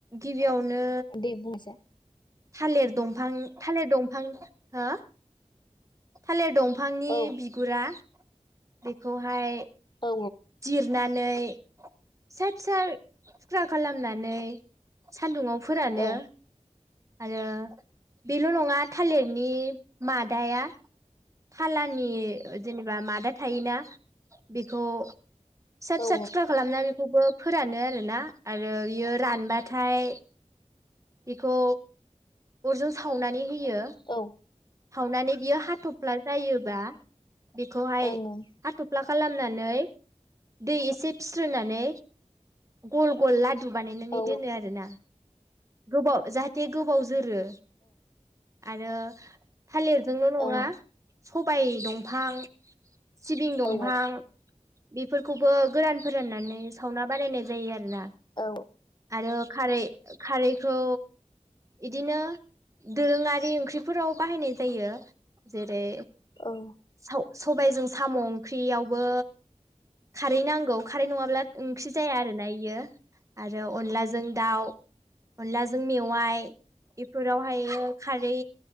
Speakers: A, on the right; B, on the left.
A: गिबियाव नो
B: नामा दे बुंनायसाय
A: थालिर दंफां थालिर दंफां हो? थालिर दंफ फांनि
B: औ
A: बिगुरा बेखौहाय
B: औ
A: जिरनानै फिसा फिसा थुख्रा खालामनानै सान्दुंङाव फोरानो
B: औ
A: आरो बेल नङा थालिरनि मादाया फालानि जेनेबा मादा थायोना बेखौ फिसा फिसा
B: औ
A: थुख्रा खालामनानै <unintelligible> फोरानो आरोना आरो बियो रानबाथाय इखौ अरजों सावनानै होयो।
B: औ ओं
A: नानै बियो हाथफ्ला जायोबा बेखौहाय
B: ओं
A: हाथफ्ला खा खालामनानै दै एसे फिस्रोनानै गल गल लाद दु बानायनानै
B: औ
A: दोनो आरोना। गोबाव जाहाथे गोबाव जोरो आरो थालिरजोंल‌' नङा
B: ओं
A: सबाइ दंफां सिबिं दंफां
B: औ ओं औ
A: बेफोरखौबो गोरान फोराननानै सावना बानायायनाय जायो आरोना।
B: औ
A: आरो खारै खारैखौ इदिनो दोरोङारि ओंख्रिफोराव बाहायनाय जायो जेरै
B: औ
A: साव सबायजों साम' ओंख्रि बेयावबो खारै नांगौ खारै नङाब्ला ओंख्रि जाया आरो नाय बियो आरो अनलाजों दाउ । अनलाजों मेवाइ। बेफोरावहायो खारै